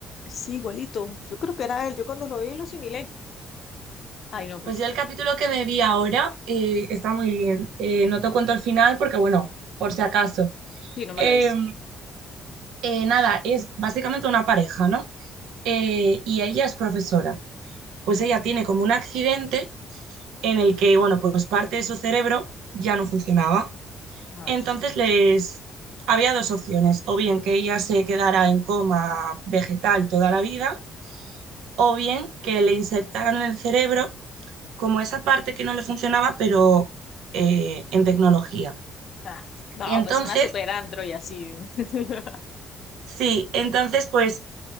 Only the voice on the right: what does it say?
Pues yo el capítulo que me vi ahora eh, está muy bien. Eh, no te cuento el final porque, bueno, por si acaso.
Eh,
eh, nada, es básicamente una pareja, ¿no? Eh, y ella es profesora. Pues ella tiene como un accidente en el que, bueno, pues parte de su cerebro ya no funcionaba.
Entonces les había dos opciones, o bien que ella se quedara en coma vegetal toda la vida, o bien que le insertaran en el cerebro como esa parte que no le funcionaba, pero eh, en tecnología.
Y entonces,
sí, entonces pues,